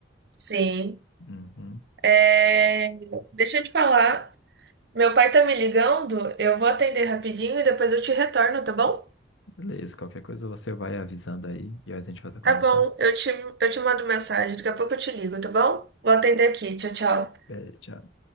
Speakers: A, on the right; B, on the left.
A: sim.
B: Uhum.
A: É, Deixa eu te falar. Meu pai tá me ligando, eu vou atender rapidinho e depois eu te retorno, tá bom?
B: Beleza, qualquer coisa você vai avisando aí e a gente volta a conversar.
A: Tá bom, eu te, eu te mando mensagem. Daqui a pouco eu te ligo, tá bom? Vou atender aqui. Tchau, tchau.
B: Beleza. tchau.